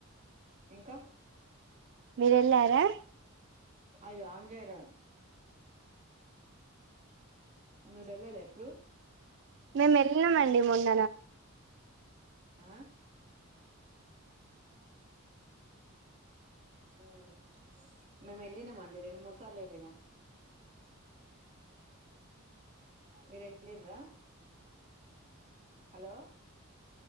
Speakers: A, on the right; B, on the right.
A: ఇంకా
B: మీర ఎళ్ళారా
A: అయ్యో ఆన్ చేయరా మీరు వెళ్ళాల ఎప్పుడు
B: మేము వెళ్ళినమండి మొన్న
A: ఆ హ మేమ్ ఎల్లినాం అండి రెండు మూడు సార్లు వెళ్ళనామ్ మీరెల్లిన్ర హలో